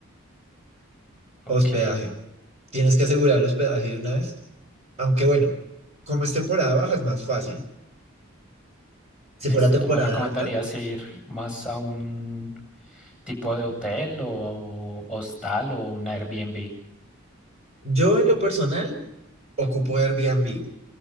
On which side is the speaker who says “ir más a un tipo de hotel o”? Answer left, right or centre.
Centre